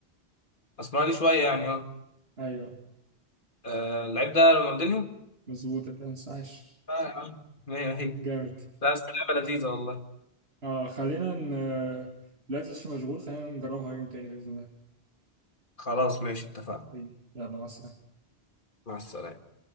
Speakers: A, on the left (about 50°); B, on the right (about 70°).
A: اسمراني شوية يعني اه
B: أيوه
A: آه اللعيب ده رونالدينيو
B: مظبوط أنت مش عايش
A: اه يا عم مية مية
B: جامد
A: لا بس لعبة لذيذة والله
B: أه خلينا ن... آه، دلوقتي مش مشغول خلينا نجربها يوم تاني بإذن الله
A: خلاص ماشي اتفقنا
B: حبيبي يلا مع السلامة
A: مع السلامة